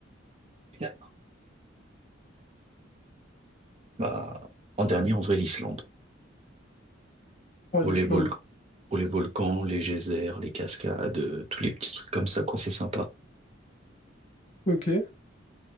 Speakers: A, on the right; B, on the left.
A: là. Bah, en dernier, en vrai, l'Islande.
B: Oh,
A: Pour
B: l'Islande.
A: les vol- pour les volcans, les geysers, les cascades, euh, tous les petits trucs comme ça, quoi, c'est sympa.
B: Ok.